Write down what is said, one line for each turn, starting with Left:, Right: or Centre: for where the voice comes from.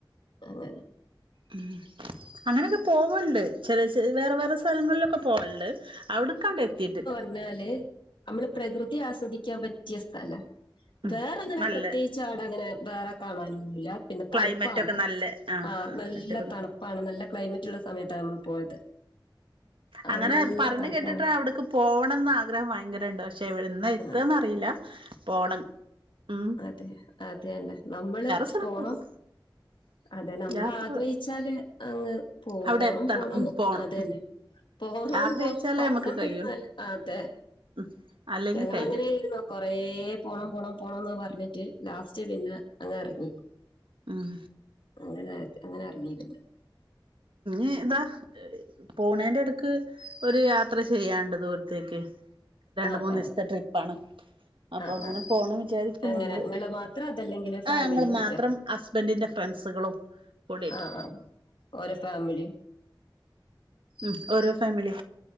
Left: അതെതെ
Right: ഉം അങ്ങനെയൊക്കെ പോവ്വുണ്ട് ചെല ചെല വേറെ വേറെ സ്ഥലങ്ങളിലൊക്കെ പോൾണ്ട് അവിടുക്കാണ്ട് എത്തിയിട്ടില്ല
Left: എന്നാല് നമ്മള് പ്രകൃതി ആസ്വദിക്കാൻ പറ്റിയ സ്ഥല
Right: ഉം
Left: വേറെങ്ങനെ
Right: നല്ല
Left: പ്രത്യേകിച്ച് ചാട അങ്ങനെ വേറെ കാണാനു ഒന്നുമില്ല പിന്നെ
Right: ക്ലൈമറ്റ്
Left: തണുപ്പാണ്
Right: ഒക്കെ നല്ല
Left: ആ നല്ല
Right: അടിപൊളി
Left: തണുപ്പാണ് നല്ല ക്ലൈമറ്റ് ഉള്ള സമയത്താണ് നമ്മൾ പോയത്
Right: അങ്ങനെ
Left: അപ്പൊ നല്ല
Right: പറണ്
Left: തണുപ്പാണ്
Right: കേട്ടിട്ടാ അവിടെക്ക് പോകണംന്ന് ആഗ്രഹം ഭയങ്കര ഉണ്ട് പക്ഷെ ഇവിടെന്ന് എത്തുകന്നറിയില്ല
Left: ആ
Right: പോണം ഉ
Left: അതെ അതെ തന്നെ നമ്മള്
Right: സ്ഥലങ്ങളൊക്കെ
Left: പോണം
Right: പോവും
Left: അതെ നമ്മൾ
Right: യാത്ര
Left: ആഗ്രഹിച്ചാല് അങ്ങ് പോ
Right: അവിടെ
Left: പോണം
Right: എത്തണം
Left: പോണെന്ന്
Right: ഉം പോണം
Left: അതന്നെ പോണം
Right: ആഗ്രഹിച്ചാലേ
Left: പോണം പറഞ്ഞോണ്ടിരുന്ന
Right: നമുക്ക് കഴിയുള്ളൂ
Left: ആതെ
Right: ഉം അല്ലെങ്കിൽ
Left: ഞങ്ങള്
Right: കഴിയൂല
Left: അങ്ങനെയാ ഇരുന്നത് കൊറെ പോണം പോണം പോണന്ന് പറഞ്ഞിട്ട് ലാസ്റ്റ് പിന്നെ അങ്ങ് എറങ്ങി
Right: ഉം
Left: അങ്ങനെ അങ്ങനെ എറങ്ങിട്ടുണ്ട്
Right: ഇ ഇതാ പോണേന്റെ എടക്ക് ഒരു യാത്ര ചെയ്യാണ്ട് ദൂരത്തേക്ക് രണ്ട്
Left: ആ ആ
Right: മൂന്ന്
Left: ആ
Right: ദിവസത്തെ ട്രിപ്പാണ് അപ്പൊ
Left: ആ
Right: അങ്ങനെ
Left: ആ.
Right: പോണം വിചാരിക്കുന്നുണ്ട്
Left: അങ്ങനെ നിങ്ങള് മാത്രം അതല്ലെങ്കിൽ
Right: ആഹ്
Left: ഫാമിലി
Right: ഞങ്ങൾ
Left: മറ്റോ
Right: മാത്രം ഹസ്ബൻഡിന്റെ ഫ്രണ്ട്സുകളും കൂടിയിട്ട്
Left: ആഹ് ആഹ് ഓരോ ഫാമിലി
Right: ഉം ഓരോ ഫാമിലി